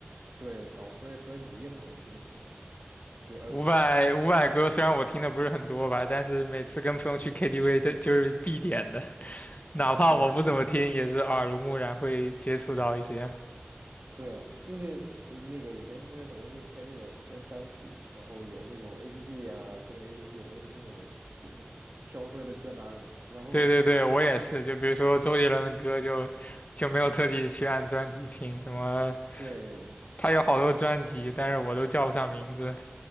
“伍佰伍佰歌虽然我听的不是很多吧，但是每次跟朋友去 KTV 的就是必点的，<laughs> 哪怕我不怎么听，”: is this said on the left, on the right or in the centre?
Left